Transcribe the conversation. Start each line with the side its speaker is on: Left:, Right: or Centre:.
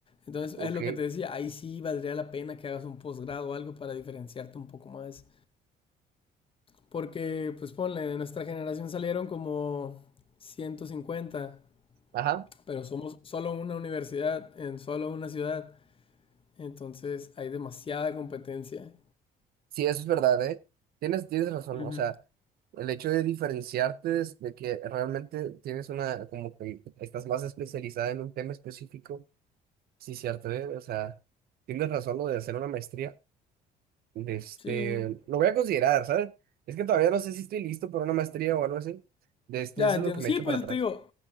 Left: Entonces,
Right: Ok,
Left: es lo que te decía, ahí sí valdría la pena que hagas un posgrado o algo para diferenciarte un poco más. Porque, pues ponle, de nuestra generación salieron como 150
Right: ajá.
Left: pero somos solo una universidad en solo una ciudad. Entonces, hay demasiada competencia.
Right: Sí, eso es verdad, ¿eh? Tienes, tienes razón,
Left: Ujú.
Right: o sea, el hecho de diferenciarte es de que realmente tienes una, como que estás más especializada en un tema específico, sí, cierto, ¿eh? O sea, tienes razón lo de hacer una maestría, de este,
Left: Sí,
Right: lo voy a considerar, ¿sabes? Es que todavía no sé si estoy listo para una maestría o algo así, de este,
Left: Ya
Right: eso
Left: entiendo.
Right: es lo que me
Left: Sí,
Right: echo
Left: pues
Right: para atrás.
Left: te digo,